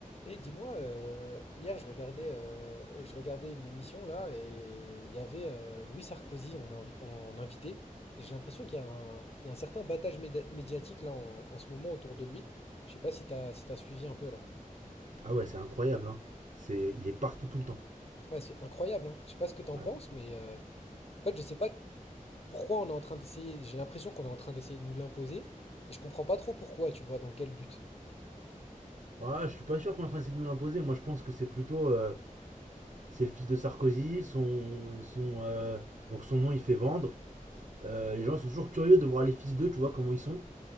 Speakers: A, on the left; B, on the right.
A: Et dis-moi, euh, hier je regardais, euh, je regardais une émission là et il y avait euh, Louis Sarkozy en, invi- en invité. Et j'ai l'impression qu'il y a un, il y a un certain battage méda- médiatique là en, en ce moment autour de lui. Je sais pas si t'as, si t'as suivi un peu là.
B: Ah ouais, c'est incroyable. Hein. C'est, il est partout tout le temps.
A: Ouais, c'est incroyable, hein. Je sais pas ce que t'en
B: Ouais.
A: penses, mais euh, en fait je sais pas pourquoi on est en train d'essayer. J'ai l'impression qu'on est en train d'essayer de nous l'imposer et je comprends pas trop pourquoi, tu vois, dans quel but.
B: Ah, je suis pas sûr qu'on est en train d'essayer de nous l'imposer. Moi, je pense que c'est plutôt, euh, c'est le fils de Sarkozy. Son, son, euh, donc son nom, il fait vendre. Euh, les gens sont toujours curieux de voir les fils d'eux, tu vois comment ils sont.